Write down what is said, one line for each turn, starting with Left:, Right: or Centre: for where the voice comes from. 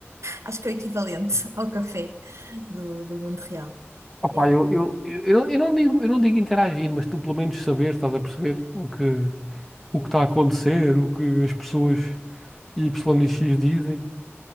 Right: Acho que é o equivalente <laughs> ao café do, do mundo real.
Centre: Opa,
Right: É,
Centre: eu, eu, eu, eu não eu não digo, eu não digo interagir, mas tu pelo menos saber, estás a perceber o que, o que está a acontecer, o que as pessoas Y e X dizem.